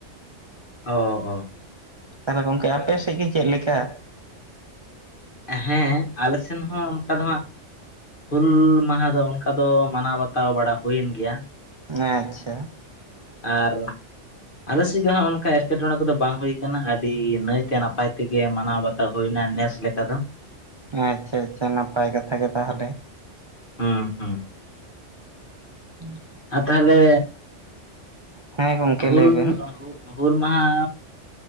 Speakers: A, on the left; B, on the right.
A: ᱚᱻ ᱚ
B: ᱛᱟᱦᱞᱮ ᱜᱚᱝᱠᱮ ᱟᱯᱮ ᱥᱮᱜ ᱜᱮ ᱪᱮᱫ ᱞᱮᱠᱟ?
A: ᱦᱮᱸᱻ ᱟᱞᱮ ᱥᱮᱱ ᱦᱚᱸ ᱚᱱᱠᱟ ᱫᱚ ᱦᱟᱸᱜ ᱦᱩᱞ ᱢᱟᱦᱟ ᱫᱚ ᱚᱱᱠᱟ ᱫᱚ ᱢᱟᱱᱟᱣ ᱵᱟᱛᱟᱣ ᱵᱟᱲᱟ ᱦᱩᱭᱮᱱ ᱜᱮᱭᱟ
B: ᱟᱸᱻᱪᱪᱷᱟ
A: ᱟᱨ ᱟᱞᱮ ᱥᱤᱜ ᱫᱚ ᱚᱱᱠᱟ ᱮᱴᱠᱮᱴᱚᱬᱮ ᱠᱚᱫᱚ ᱵᱟᱝ ᱦᱩᱭ ᱠᱟᱱᱟ ᱟᱰᱤ ᱱᱟᱹᱭ ᱛᱮ ᱱᱟᱯᱟᱭ ᱛᱮᱜᱮ ᱢᱟᱱᱟᱣ ᱵᱟᱛ ᱦᱩᱭᱱᱟ ᱱᱮᱥ ᱞᱮᱠᱟ ᱫᱚ
B: ᱦᱮᱸ ᱟᱪᱪᱷᱟ ᱟᱪᱪᱷᱟ ᱱᱟᱯᱟᱭ ᱠᱟᱛᱷᱟ ᱜᱮ ᱛᱟᱦᱞᱮ
A: ᱦᱩᱸ ᱦᱩᱸ
B: ᱦᱩᱸ
A: ᱟᱨ ᱛᱟᱦᱞᱮ
B: ᱦᱮᱸ ᱜᱚᱝᱠᱮ
A: ᱦᱩᱞ
B: ᱞᱟᱹᱭ
A: <unintelligible>
B: ᱵᱮᱱ
A: ᱦᱩᱞ ᱢᱟᱦᱟ